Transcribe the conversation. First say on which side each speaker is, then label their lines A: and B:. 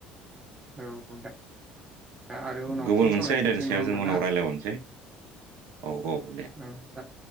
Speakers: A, on the right; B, on the right.
A: औ दा दा आरो उनाव
B: गुबुन
A: फिन
B: मोनसे
A: सावरायफिनसै
B: आयदानि सायाव
A: नङा होमबा
B: जों उनाव
A: ना?
B: रायलायबावनोसै औ दे
A: औ नोंथां।